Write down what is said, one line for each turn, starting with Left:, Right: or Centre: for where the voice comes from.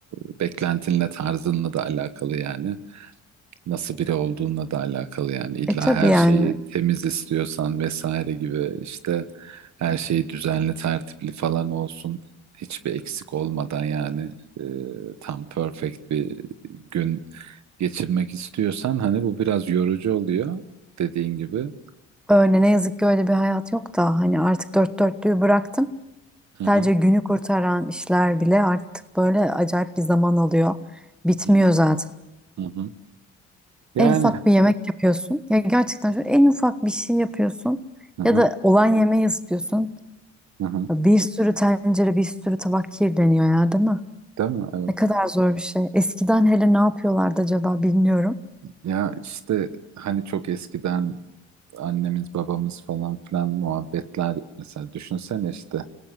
Right: e, beklentinle tarzınla da alakalı yani. nasıl biri olduğunla da alakalı yani illa
Centre: E tabii
Right: her
Centre: yani
Right: şeyi temiz istiyorsan vesaire gibi işte her şey düzenli tertipli falan olsun hiçbir eksik olmadan yani e, tam perfect bir gün geçirmek istiyorsan hani bu biraz yorucu oluyor dediğin gibi.
Centre: öyle ne yazık ki öyle bir hayat yok da hani artık dört dörtlüğü bıraktım.
Right: Hı hı,
Centre: Sadece günü kurtaran işler bile artık böyle acayip bir zaman alıyor. Bitmiyor
Right: hı hı,
Centre: zaten.
Right: hı hı. Yani
Centre: En ufak bir yemek yapıyorsun. Ya gerçekten şu en ufak bir şey yapıyorsun.
Right: hı hı,
Centre: Ya da olan yemeği ısıtıyorsun.
Right: hı hı.
Centre: Bir sürü tencere, bir sürü tabak kirleniyor ya değil mi?
Right: Değil mi? Evet.
Centre: Ne kadar zor bir şey. Eskiden hele ne yapıyorlardı acaba bilmiyorum.
Right: Ya işte hani çok eskiden annemiz babamız falan filan muhabbetler mesela düşünsene işte